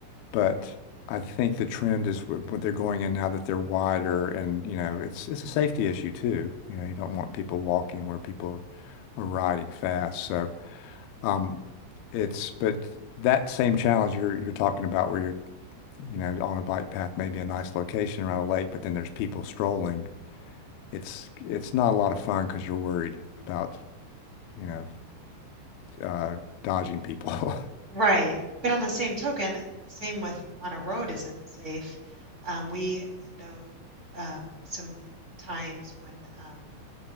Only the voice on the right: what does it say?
right. But on the same token, same with on a road isn't safe. Um, we know um, some times when um,